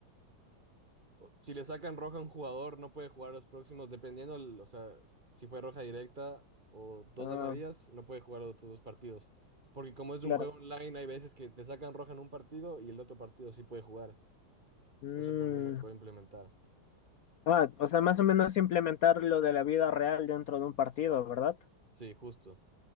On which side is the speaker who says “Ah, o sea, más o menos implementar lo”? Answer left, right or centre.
Left